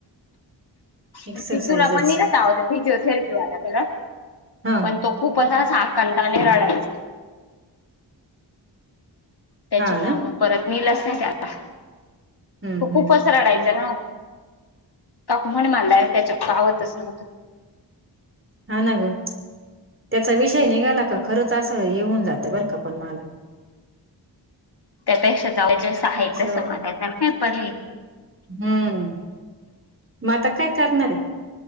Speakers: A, on the right (about 30°); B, on the left (about 60°).
A: एक्सरसाइजच
B: सिधूला पण न्हेल आवो होत, फिजिओथेरपी वाल्या कर
A: हा
B: पण. तो खूपच आस आकंदाने रडायचा. त्याच्यामुळे
A: हा ना
B: परत नेलच नाही त्याला.
A: हम्म
B: तो खूपच
A: हम्म
B: रडायचा ना काक म्हण मलला त्याच्या आवतच नव्हतं.
A: हा ना ग त्याचा विषय निघाला का खरंच असं येऊन जात बरं का पण मला
B: त्यापेक्षा जाव जे साहित्य
A: असं
B: समधा काय पर्याय.
A: हम्म मग आता काय करणार आहे?